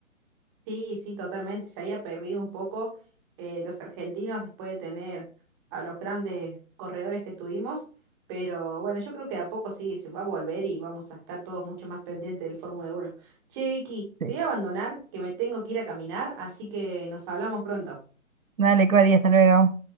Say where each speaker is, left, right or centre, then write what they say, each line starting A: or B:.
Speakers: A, on the right; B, on the right.
A: Sí, sí, totalmente. Se había perdido un poco eh, los argentinos después de tener a los grandes corredores que tuvimos, pero bueno, yo creo que de a poco sí se va a volver y vamos a estar todos mucho más pendientes del Fórmula Uno. Che, Vicky,
B: Sí.
A: te voy a abandonar, que me tengo que ir a caminar, así que nos hablamos pronto.
B: Dale, Cori, hasta luego.